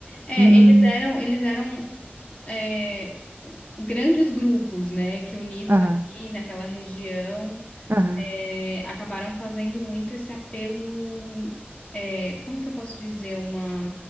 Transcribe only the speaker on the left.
É,
eles eram, eles eram é, grandes grupos, né? Que unidos
ali naquela região
é, acabaram fazendo muito esse apelo. é, como que eu posso dizer? Uma.